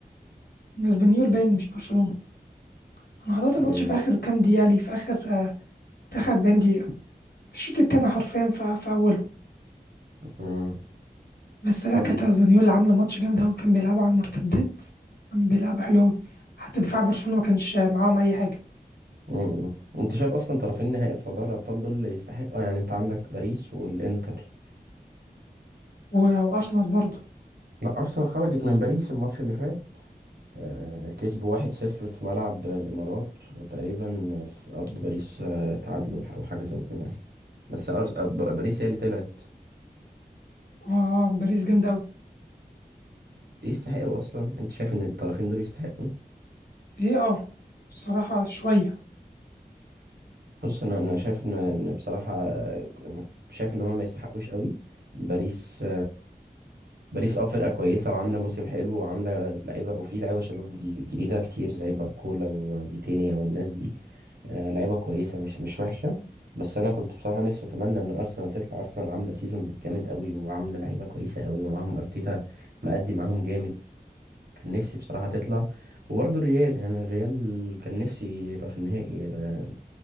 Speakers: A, on the left; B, on the right.
A: اسبانيول باين مش برشلونة انا حضرت الماتش
B: امم
A: في اخر كام دقيقة ليه في اخر آه، في اخر 40 دقيقة الشوط التاني حرفيا في, في اوله
B: امم
A: بس لا
B: طب
A: كانت اسبانيولا عامله ماتش جامد قوي كان بيلعبوا على المرتدات كان بيلعبوا حلو قوي حتى دفاع برشلونه ما كانش معاهم اي حاجه
B: مم. انت شايف اصلا طرفين النهائي بتوع دوري الابطال دول اللي يستحقوا يعني انت عندك باريس والانتر
A: و- وارسنال برضه
B: لا ارسنال خرجت من باريس الماتش اللي فات آه، كسبوا 1-0 في ملعب الامارات وتقريبا في ارض باريس آه، تعادلوا او حاجه زي كده بس أرس... آه، ب- باريس هي اللي طلعت
A: اه باريس جامد قوي
B: يستحقوا اصلا انت شايف ان الطرفين دول يستحقوا
A: ايه اه الصراحه شويه
B: بص انا انا شايف ان ان بصراحه آه، انا شايف ان هما ما يستحقوش قوي باريس باريس اه فرقة كويسة وعاملة موسم حلو وعاملة لعيبة وفي لعيبة شباب جدي- جديدة كتير زي باركولا وفيتينيا والناس دي آه لعيبة كويسة مش مش وحشة بس أنا كنت بصراحة نفسي أتمنى إن أرسنال تطلع أرسنال عاملة سيزون جامد أوي وعاملة لعيبة كويسة أوي ومعاهم أرتيتا مأدي معاهم جامد كان نفسي بصراحة تطلع وبرضه الريال يعني الريال كان نفسي يبقى في النهائي آه،